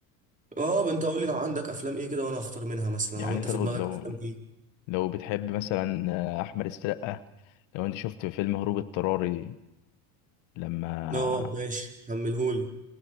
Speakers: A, on the right; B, on the left.
A: اه انت قول لي لو عندك افلام ايه كده وانا اختار منها مثلا
B: يعني
A: او انت
B: انت
A: في
B: لو
A: دماغك
B: لو
A: افلام ايه
B: لو بتحب مثلا آه، احمد السقا لو انت شفت فيلم هروب اضطراري لما
A: اه ماشي كملهولي